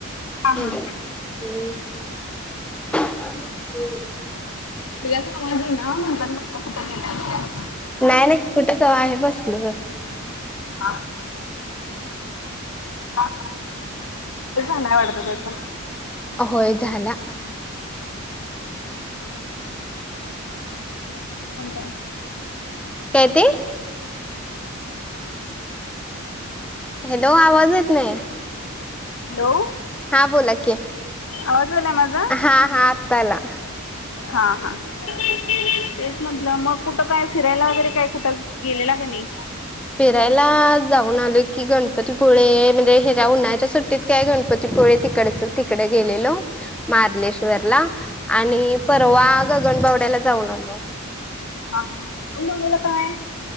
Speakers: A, in the centre; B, on the left (about 65°).
A: <unintelligible>
B: हा बघ आवाजही ना म्हण म्हट कुत गला
A: नाही नाही कुठेचव आहे बसलं बर.
B: हा. ह ह नाही वाडतस.
A: होय झाला.
B: अंत.
A: काय ते. हॅलो आवाज येत नाही.
B: हॅलो.
A: हा बोलाक.
B: आवाज आलाय माझा.
A: हा हा आताला.
B: हा हा. तेच म्हंटलं मग कुठं काय फिरायला वगैरे काय कुठं गेलेला काय नाही.
A: फिरायला जाऊन आलो की गणपतीपुळे म्हणजे ह्याच्या्या उन्हाळ्या सुट्टीत काय गणती. प तपोळे तिकडेचल तिकडे गेलेलो. मार्लेश्वरला आणि परवा गगनबावड्याला जाऊन आलो.
B: ह ह मला काय.